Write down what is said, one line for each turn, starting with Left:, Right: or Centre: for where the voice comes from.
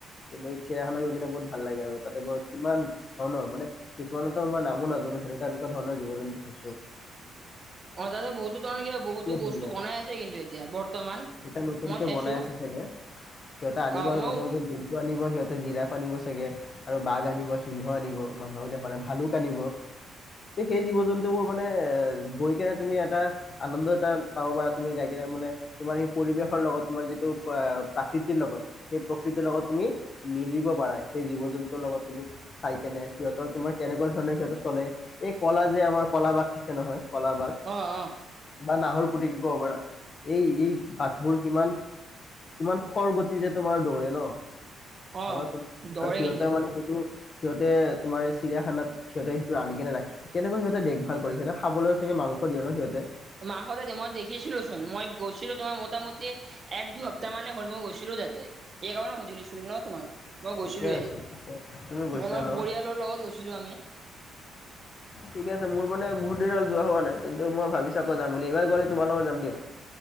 Left: তেনে চিৰায়াখানা গৈ কিনে বহুত ভাল লাগে আৰু তাতে <unintelligible> কিমান ধৰণৰ মানে। কিছুমানৰটো আমাৰ নামো নাজানোঁ সেনেকুৱা এনেকুৱা ধৰনৰ জীৱ জন্তু দেখিছোঁ।
Right: অ তাতে বহুতো ধৰণে কিবা বহুতো বস্তু
Left: ধুনীয়া
Right: বনাই আছে কিন্তু এতিয়া বৰ্তমান।
Left: এতিয়া নতুনকে
Right: মই চাইছো
Left: বনাই আছে চাগে সিহঁতে আনিব
Right: অ
Left: আৰু
Right: মইও
Left: নতুন নতুন জন্তু আনিব সিহঁতে। জিৰাফ আনিব চাগে আৰু বাঘ আনিব সিংহ আনিব মানুহক দেখুৱাবলে ভালুক আনিব। সেই জীৱ জন্তু বোৰ মানে এ গৈ কেনে তুমি এটা আনন্দ এটা পাব পাৰা তুমি যাই কেনে। মানে তোমাৰ সেই পৰিৱেশৰ লগত তোমাৰ যিটো প্ৰাকৃতিৰ লগত সেই প্ৰকৃতিৰ লগত। তুমি মিলিব পাৰা সেই জীৱ জন্তুৰ লগত তুমি চাই কেনে। সিহঁতৰ তোমাৰ কেনেকুৱা ধৰণে সিহঁতৰ চলে এই কলা যে আমাৰ কলা বাঘ থাকে নহয়। কলা বাঘ
Right: অ অ
Left: বা নাহৰ। ফুটুকী ক'ব পাৰা এই এই বাঘবোৰ কিমান। ইমান খৰগতিৰে তোমাৰ দৌৰে নহ
Right: অ
Left: ভাবাচোন
Right: দৌৰে
Left: আৰু সিহঁতে
Right: কিন্তু
Left: মানে সেইটো। সিহঁতে তোমাৰ চিৰিয়াখানাত সিহঁতে সেইটো আনি কেনে ৰাখিছে কেনেকৈ সিহঁতে দেখ ভাল কৰিছে সিহঁতে খাবলৈ চাগে। মাংস দিয়ে নহ সিহঁতে।
Right: মাংস দিয়ে মই দেখিছিলো চোন মই গৈছিলো তোমাৰ মোটামুটি এক দুই সপ্তাহ মানে হল মই গৈছিলো। তাতে এই কাৰণে সুধি লৈছোঁ। ন তোমাক মই গৈছিলোৱে
Left: ঠিকে আছে তুমি গৈছা
Right: আমাৰ
Left: ন
Right: পৰিয়ালৰ লগত গৈছিলো আমি। <inaudible>
Left: ঠিকে আছে মোৰ মানে বহুত। যোৱা হোৱা নাই কিন্তু মই ভাবিছোঁ আকৌ যাম বুলি এইবাৰ গ'লে তোমাৰ লগত যাম দিয়া।